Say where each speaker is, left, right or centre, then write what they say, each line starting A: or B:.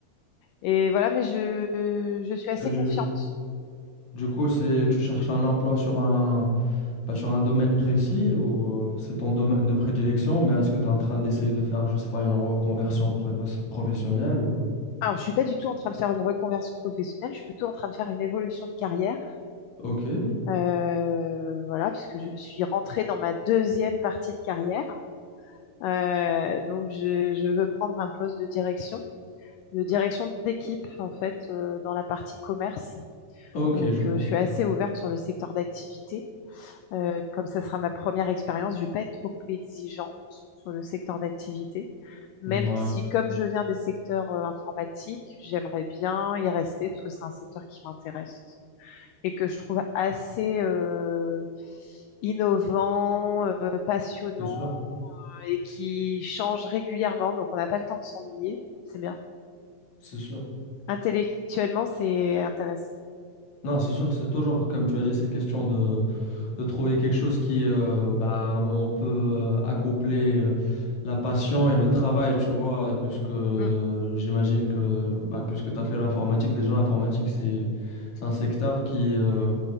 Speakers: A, on the left (about 85°); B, on the left (about 50°).
A: et voilà, mais je, je suis assez
B: Et du,
A: confiante.
B: du coup, c'est, tu cherches un emploi sur un, Pas sur un domaine précis ou euh, c'est ton domaine de prédilection, mais est-ce que tu es en train d'essayer de faire, je sais pas, une reconversion provo- professionnelle ou...
A: Alors, je suis pas du tout en train de faire une reconversion professionnelle. Je suis plutôt en train de faire une évolution de carrière.
B: Ok,
A: Euh, voilà, puisque je suis rentrée dans ma deuxième partie de carrière. Euh, donc, je, je veux prendre un poste de direction de direction d'équipe en fait euh, dans la partie commerce.
B: ok,
A: Donc
B: je comprends.
A: euh, je suis assez ouverte sur le secteur d'activité. Euh, comme ça sera ma première expérience, je ne vais pas être trop exigeante sur le secteur d'activité. Même
B: Ouais,
A: si, comme je viens des secteurs euh, informatiques, j'aimerais bien y rester parce que c'est un secteur qui m'intéresse et que je trouve assez euh, innovant, euh, passionnant
B: c'est sûr,
A: euh, et qui change régulièrement. Donc on n'a pas le temps de s'ennuyer. C'est bien.
B: c'est sûr.
A: Intellectuellement, c'est intéressant.
B: Non, c'est sûr, c'est toujours, comme tu as dit, c'est question de, de trouver quelque chose qui, euh, bah, on peut euh, accoupler euh, la passion et le travail, tu vois, et puisque euh,
A: Mm.
B: j'imagine que, bah, puisque tu as fait l'informatique, déjà l'informatique, c'est, c'est un secteur qui... euh,